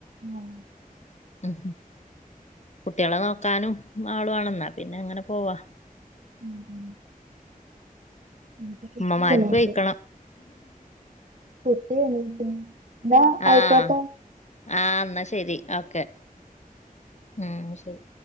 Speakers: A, on the right (about 60°); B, on the left (about 50°).
A: ആഹ്
B: ഉം കുട്ടികളെ നോക്കാനും ആളുവാണെന്നാ പിന്നെ അങ്ങനെ പോവാ
A: ഉം ഇനിയിപ്പോ കുട്ടി
B: ഉമ്മമാർക്ക്
A: എണീറ്റ്
B: വെയ്ക്കണം
A: കുട്ടി എണീച്ച്ണ് എന്താ ആയിക്കോട്ടെ
B: ആഹ് ആഹ് എന്നാ ശരി ഓക്കെ ഉം ശരി.